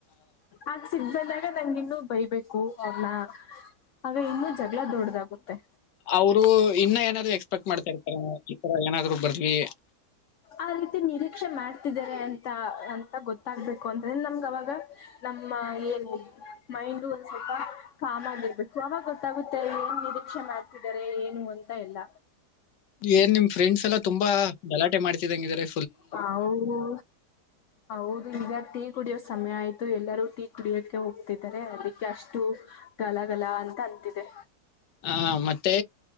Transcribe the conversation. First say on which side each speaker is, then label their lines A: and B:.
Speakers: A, on the left; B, on the left.
A: ಆಗ ಸಿಬ್ಬದ ಆಗ ನಂಗ ಇನ್ನುೂ ಬೈಬೇಕು ಅವ್ರನ್ನ ಆಗ ಇನ್ನುೂ ಜನ ಎಲ್ಲ ದೊಡ್ಡದಾಗುತ್ತೆ
B: ಅವರು ಇನ್ನ ಏದ ಎಕ್ಸಪಕ್ಟ್ ಮಾಡತಾ ಇತಾರೆ ಇರ ಏನಾದ್ರು ಬ ಈ
A: ಆ ರೀತಿ ನಿರೀಕ್ಷೆ ಮಾಡ್ತಿದ್ದಾರೆ ಅಂತ ಅಂತ ಗೊತ್ತಾಗ್ಬೇಕು ಅಂತ್ರೆ ನಮ್ಗ ಅವವಾಗ ನಮ್ಮ ಏನು ಮೈಂಡು ಒಂದ್ ಸ್ವಲ್ಪ ಕಾಮ್ ಆಗಿರ್ಬೇಕು ಅವಾಗ ಗೊತ್ತಾಗುತ್ತೆ ಏನ್ ನಿರೀಕ್ಷೆ ಮಾಡ್ತಿದ್ದಾರೆ ಏನು ಅಂತ ಎಲ್ಲ
B: ಏನ್ ನಿಮ್ ಫ್ರೆಂಡ್ಸ್ ಎಲ್ಲ ತುಂಬಾ ಗಲಾಟೆ ಮಾಡ್ದಂಗಿದಾರೆ
A: ಹ ಹೌದು ಈಗ ಕುಡಿಯೋ ಸಮಯ ಆಯ್ತು ಎಲ್ಲರೂ ಟೀ ಕುಡಿಯೋಕ ಹೋಗ್ತಿದ್ದಾರೆ ಅದಕ್ಕೆ ಅಷ್ಟು ಗಲಗಲ ಅಂತ ಅಂತಿದೆ
B: ಹ ಮತ್ತೆ